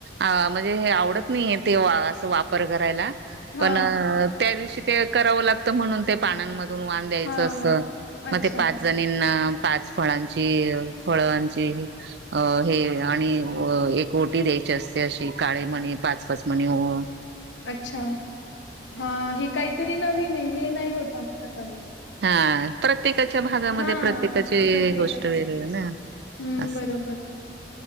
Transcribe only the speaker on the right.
आ म्हणजे आवडत नाही ते आ अस वाप पर करायला
पण त्या दिवशी ते कराव लागत म्हनुन ते पानांन धून वान द्यायच
असत मग
पाच जणीना पाच फळां ची फळांची अ हे आणि एक ओटी द्यायची असते अशी काळे मणी पाच पाच मणी ओऊन.
हा प्रत्येकाच्या भागामध्ये
प्रत्येकाचे
गोष् ठ वेगळे ना
अस